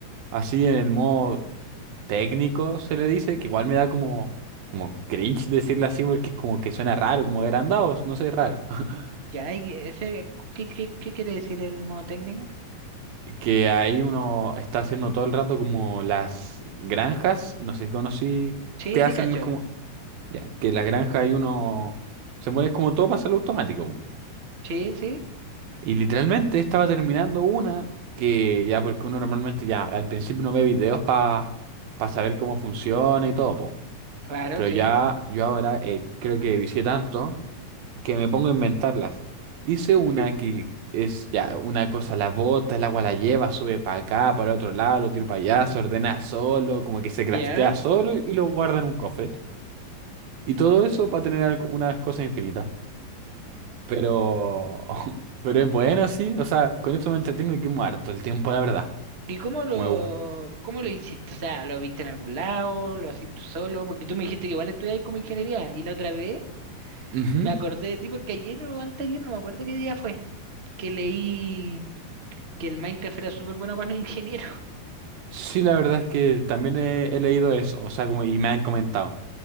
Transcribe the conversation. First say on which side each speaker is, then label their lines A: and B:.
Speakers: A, on the right; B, on the right.
A: así en el modo técnico se le dice, que igual me da como, como cringe decirle así porque como que suena raro, como agrandados, no sé, raro. <laughs>
B: Ya, y ese, ¿qué, qué, qué quiere decir el modo técnico?
A: Que ahí uno está haciendo todo el rato como las granjas, no sé si conocí,
B: Sí,
A: que
B: sí,
A: hacen
B: cacho.
A: como, ya, que la granja ahí uno, se mueve como todo para hacerlo automático. po.
B: Sí, sí,
A: Y literalmente estaba terminando una que ya, porque uno normalmente ya al principio no ve videos para saber cómo funciona y todo, po.
B: claro,
A: Pero
B: sí.
A: ya yo ahora eh, creo que vicié tanto que me pongo a inventarlas. Hice una
B: <laughs>
A: que es ya una cosa, la bota, el agua la lleva, sube para acá, para otro lado, lo tiro para allá, se ordena solo, como que se craftea
B: Ya.
A: solo y lo guarda en un cofre. Y todo eso para tener algo- unas cosas infinitas. Pero, <laughs> pero es bueno, sí. O sea, con esto me entretengo y que muerto el tiempo, la verdad.
B: ¿Y cómo lo,
A: Como igual.
B: cómo lo hiciste? O sea, ¿lo viste en algún lado? ¿Lo hacís tú solo? Porque tú me dijiste que igual estudiabas como ingeniería. Y la otra vez
A: Ujú.
B: me acordé de ti porque ayer o anteayer, no me acuerdo qué día fue, que leí que el Minecraft era súper bueno para los ingenieros. <laughs>
A: Sí, la verdad es que también he, he leído eso, o sea, como y me han comentado.